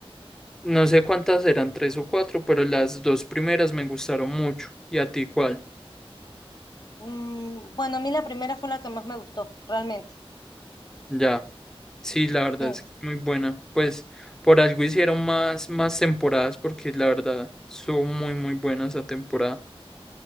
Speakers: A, in the centre; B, on the left (about 45°).
A: no sé cuántas eran, tres o cuatro, pero las dos primeras me gustaron mucho. ¿Y a ti cuál?
B: Mm, bueno, a mí la primera fue la que más me gustó, realmente.
A: Ya, sí, la verdad
B: Sí.
A: es que muy buena. Pues por algo hicieron más, más temporadas porque la verdad son muy, muy buenas esa temporada.